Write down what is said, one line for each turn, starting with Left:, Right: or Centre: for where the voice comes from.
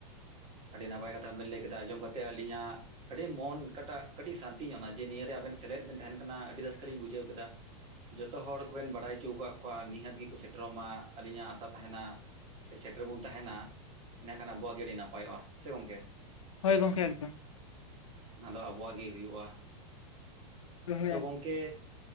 Right: ᱟᱹᱰᱤ ᱱᱟᱯᱟᱭ ᱠᱟᱛᱷᱟ ᱵᱮᱱ ᱞᱟᱹᱭ ᱠᱮᱫᱟ ᱟᱸᱡᱚᱢ ᱠᱟᱛᱮ ᱟᱹᱞᱤᱧᱟᱜ ᱟᱹᱰᱤ ᱢᱚᱱᱠᱟᱴᱟᱜ ᱠᱟᱹᱴᱤᱡ ᱥᱟᱱᱛᱤ ᱧᱟᱢᱟᱭ ᱡᱮ ᱱᱤᱭᱟᱹᱨᱮ ᱟᱵᱮᱱ ᱥᱮᱞᱮᱫ ᱵᱮᱱ ᱛᱟᱦᱮᱱ ᱠᱟᱱᱟ ᱟᱹᱰᱤ ᱨᱟᱹᱥᱠᱟᱹ ᱞᱤᱧ ᱵᱩᱡᱷᱟᱹᱣ ᱠᱮᱫᱟ᱾ ᱡᱚᱛᱚ ᱦᱚᱲ ᱠᱚᱵᱮᱱ ᱵᱟᱲᱟᱭ ᱦᱚᱪᱚ ᱟᱠᱟᱫ ᱠᱚᱣᱟ ᱱᱤᱦᱟᱹᱛ ᱜᱮᱠᱚ ᱥᱮᱴᱮᱨᱚᱜ ᱢᱟ ᱟᱹᱞᱤᱧᱟᱜ ᱟᱥᱟ ᱛᱟᱦᱮᱱᱟ ᱥᱮ ᱥᱮᱴᱮᱨ ᱵᱚᱱ ᱛᱟᱦᱮᱱᱟ ᱮᱱᱰᱮᱠᱷᱟᱱ ᱟᱵᱚᱣᱟᱜ ᱜᱮ ᱟᱹᱰᱤ ᱱᱟᱯᱟᱭᱚᱜᱼᱟ ᱥᱮ ᱜᱚᱢᱠᱮ
Left: ᱦᱳᱭ ᱜᱚᱢᱠᱮ ᱮᱠᱫᱚᱢ
Right: ᱚᱱᱟ ᱫᱚ ᱟᱵᱚᱣᱟᱜ ᱜᱮ ᱦᱩᱭᱩᱜᱼᱟ᱾
Left: ᱦᱳᱭ
Right: ᱛᱚ
Left: ᱮᱠᱫᱚᱢ
Right: ᱜᱚᱝᱠᱮ